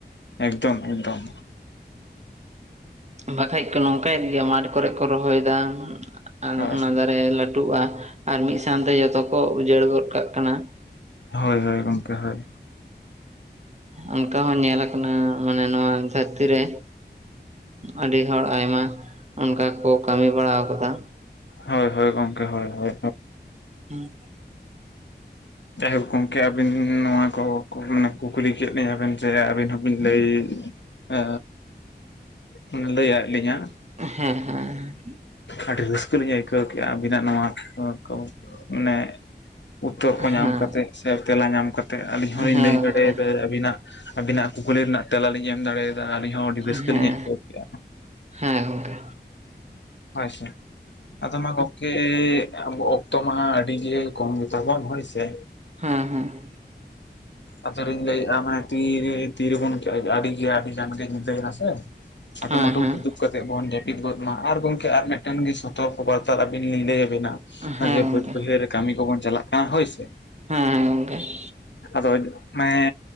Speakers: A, on the left (about 80°); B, on the right (about 40°).
A: ᱮᱠᱫᱚᱢ ᱮᱠᱫᱚᱢ᱾
B: ᱵᱟᱠᱷᱟᱡ ᱠᱚ ᱱᱚᱝᱠᱟᱭᱮᱫ ᱜᱮᱭᱟ ᱢᱟᱴ ᱠᱚᱨᱮ ᱠᱚ ᱨᱚᱦᱚᱭ ᱮᱫᱟ᱾ ᱟᱨ
A: ᱦᱳᱭ
B: ᱚᱱᱟ ᱫᱟᱨᱮ ᱞᱟᱹᱴᱩᱜᱼᱟ ᱟᱨ ᱢᱤᱫ ᱥᱟᱝ ᱛᱮ ᱡᱚᱛᱚ ᱠᱚ ᱩᱡᱟᱹᱲ ᱜᱚᱫ ᱠᱟᱜ ᱠᱟᱱᱟ᱾
A: ᱦᱳᱭ ᱦᱳᱭ ᱜᱚᱝᱠᱮ ᱦᱳᱭ᱾
B: ᱚᱱᱠᱟ ᱦᱚᱸ ᱧᱮᱞ ᱠᱟᱱᱟ ᱢᱟᱱᱮ ᱱᱚᱣᱟ ᱫᱷᱟᱹᱨᱛᱤ ᱨᱮ᱾ ᱟᱹᱰᱤ ᱦᱚᱲ ᱟᱭᱢᱟ ᱚᱱᱠᱟ ᱠᱚ ᱠᱟᱹᱢᱤ ᱵᱟᱲᱟᱣ ᱟᱠᱟᱫᱼᱟ᱾
A: ᱦᱳᱭ ᱦᱳᱭ ᱜᱚᱝᱠᱮ ᱦᱳᱭ ᱦᱳᱭ᱾
B: ᱦᱩᱸ᱾
A: ᱪᱟᱦᱮᱵ ᱜᱚᱝᱠᱮ ᱟᱵᱮ ᱟᱹᱵᱤᱱ ᱱᱚᱣᱟ ᱠᱚᱸᱦᱚ ᱢᱟᱱᱮ ᱠᱩᱠᱞᱤ ᱠᱮᱫ ᱞᱤᱧᱟᱹᱵᱮᱱ ᱡᱮ ᱟᱹᱵᱤᱱ ᱦᱚᱸᱵᱤᱱ ᱞᱟᱹᱭ ᱟ ᱚᱱᱮ ᱞᱟ. ᱭ ᱟᱫ ᱞᱤᱧᱼᱟ
B: ᱦᱮᱸ ᱦᱮᱸ᱾
A: ᱟᱹᱰᱤ ᱨᱟᱹᱥᱠᱟᱹ ᱞᱤᱧ ᱟᱹᱭᱠᱟᱹᱣ ᱠᱮᱫᱼᱟ ᱟᱹᱵᱤᱱᱟᱜ ᱱᱚᱣᱟ ᱠᱚ ᱠᱚ ᱢᱟᱱᱮ ᱩᱛᱛᱚᱨ
B: ᱦᱮᱸ
A: ᱠᱚ ᱧᱟᱢ ᱠᱟᱛᱮ ᱥᱮ ᱛᱮᱞᱟ ᱧᱟᱢ ᱠᱟᱛᱮᱫ ᱟᱹᱞᱤᱧ ᱦᱚᱞᱤᱧ
B: ᱦᱮᱸ
A: ᱞᱟᱹᱭ
B: ᱜᱚᱝᱠᱮ
A: ᱫᱟᱲᱮᱭᱟᱫᱟ ᱟᱹᱵᱤᱱᱟᱜ ᱟᱵᱤᱱᱟᱜ ᱠᱩᱠᱞᱤ ᱨᱮᱱᱟᱜ ᱛᱮᱞᱟᱞᱤᱧ ᱮᱢ ᱫᱟᱲᱮ ᱭᱟᱫᱟ᱾ ᱟᱹᱞᱤᱧ ᱦᱚᱸ ᱟᱹᱰᱤ ᱨᱟᱹᱥᱠᱟᱹ
B: ᱦᱮᱸ
A: ᱞᱤᱧ ᱟᱹᱭᱠᱟᱹᱣ ᱠᱮᱜᱼᱟ᱾
B: ᱦᱮᱸ ᱜᱚᱝᱠᱮ
A: ᱦᱳᱭ ᱥᱮ ᱟᱫᱚ ᱢᱟ ᱜᱚᱝᱠᱮ ᱟᱵᱚ ᱚᱠᱛᱚ ᱢᱟ ᱟᱹᱰᱤ ᱜᱮ ᱠᱚᱢ ᱜᱮᱛᱟᱵᱚᱱ ᱦᱳᱭ ᱥᱮ᱾
B: ᱦᱮᱸ ᱦᱮᱸ ᱾
A: ᱟᱫᱚᱞᱤᱧ ᱞᱟᱹᱭᱮᱜᱼᱟ ᱢᱟᱱᱮ ᱛᱤᱻᱨᱮ ᱛᱤᱨᱮᱵᱚᱱ <unintelligible> ᱟᱹᱰᱤᱜᱮ ᱟᱹᱰᱤ ᱜᱟᱱ ᱜᱮ ᱧᱤᱫᱟᱹᱭᱮᱱᱟ ᱥᱮ ᱾ ᱟᱹᱴᱩᱢᱟᱴᱩ
B: ᱦᱮᱸ ᱦᱮᱸ
A: ᱠᱤᱫᱩᱵ ᱠᱟᱛᱮᱜ ᱵᱚᱱ ᱡᱟᱹᱯᱤᱫ ᱜᱚᱫ ᱢᱟ ᱟᱨ ᱜᱚᱝᱠᱮ ᱟᱨ ᱢᱤᱫᱴᱮᱱ ᱥᱚᱛᱚᱨᱠᱚ ᱵᱟᱨᱛᱟ ᱟᱵᱤᱱ ᱞᱤᱧ ᱞᱟᱹᱭ ᱵᱤᱱᱟ ᱱᱚᱜᱼᱚᱭ
B: ᱦᱮᱸ ᱜᱚᱝᱠᱮ
A: ᱵᱟᱹᱫᱽ ᱵᱟᱹᱭᱦᱟᱹᱨ ᱨᱮ ᱠᱟᱹᱢᱤ ᱠᱚᱵᱚᱱ ᱪᱟᱞᱟᱜ ᱠᱟᱱᱟ ᱦᱳᱭ ᱥᱮ ᱾
B: ᱦᱮᱸ ᱦᱮᱸ ᱜᱚᱝᱠᱮ ᱾
A: ᱟᱫᱚ <unintelligible> ᱢᱟᱱᱮ